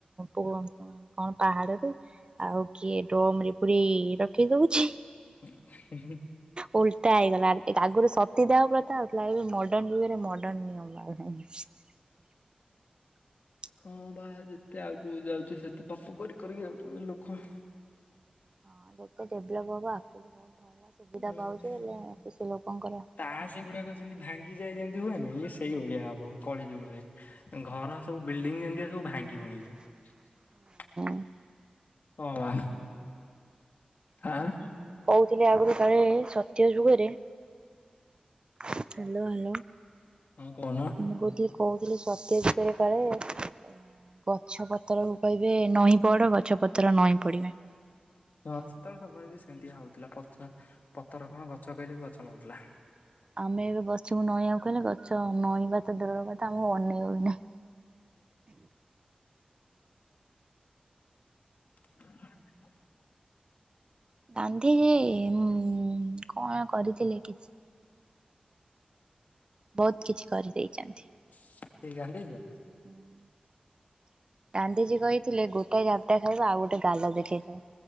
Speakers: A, on the right (about 30°); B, on the left (about 70°).
A: କୁଅ କଣ ପାହାଡରୁ, ଆଉ କିଏ <unintelligible> ରଖି ଦଉଛି।
B: ହେ-ହେ।
A: ଓଲଟା ହେଇଗଲା ଆ-ଆଗରୁ ସବ ସତୀ ଦାହ ପ୍ରଥା ହଉଥିଲା। ଏ ଯୋଉ ମଡର୍ନ ଯୁଗରେ ମଡର୍ନ ନିୟମ ବାହାରିଲାଇଁ। <inaudible>
B: ହଁ ବା, ଯେତେ ଆଗକୁ ଯାଉଛି, ସେତେ ପାପ କରି କରିକି ଯାଉଛନ୍ତି ଲୋକ।
A: ହଁ ଯେତେ ଡେଭଲପ ହବ ଆକ୍ଚୁଆଲି ବହୁତ ଭଲ ସୁବିଧା
B: ଉଁ
A: ପାଉଛେ
B: ହୋ।
A: ହେଲେ କିଛି ଲୋକଙ୍କର
B: ତାସ୍ ଗୁଡାକ ଯେମତି ଭାଙ୍ଗି ଯାଏ ଯେମତି ହୁଏନି ଇଏ ସେଇ ଭଳିଆ ହବ କଳି ଯୁଗରେ। ଘର ସବୁ ବିଲଡିଂ ଯେନ୍ତିଆ ସବୁ ଭାଙ୍ଗି ଭୁଙ୍ଗି ଯିବ।
A: ଉଁ
B: ହଁ ବା ଆଁ
A: ଶୁଣିଥିନି ଆଗରୁ କାଳେ ସତ୍ୟଯୁଗରେ ହ୍ୟାଲୋ ହ୍ୟାଲୋ।
B: ହଁ କହୁନ।
A: ମୁଁ କହୁଥିଲି କହୁଥିଲି ସତ୍ୟଯୁଗରେ କାଳେ, ଏ ଗଛ ପତ୍ରକୁ କହିବେ ନଇଁ ପଡ, ଗଛ ପତ୍ର ନଇଁ ପଡିବେ।
B: ହଁ ସେତେବେଳେ ସମୟରେ ବି ସେମତିଆ ହଉଥିଲା। ପତ୍ର ପତର କଣ, ଗଛ କହିଲେ ବି ଗଛ ନଉଁଥିଲା।
A: ଆମେ ଏବେ ଗଛକୁ ନଇଁଆକୁ କହିଲେ, ଗଛ ନଇଁବା ତ ଦୂରର କଥା ଆମକୁ ଅନେଇବ ବି ନାହିଁ।
B: <inaudible>
A: ରାନ୍ଧିଚି, ମୁଁ କଣ କରିଥିଲି କିଛି ବହୁତ କିଛି କରି ଦେଇଚନ୍ତି।
B: ସେଇ କାନ୍ଦିଚି
A: ହୁଁ ଗାନ୍ଧିଜୀ କହିଥିଲେ, ଗୋଟାଇ ଜାବଡ଼ା ଖାଇବ ଆଉ ଗୋଟେ ଗାଲ ଦେଖେଇ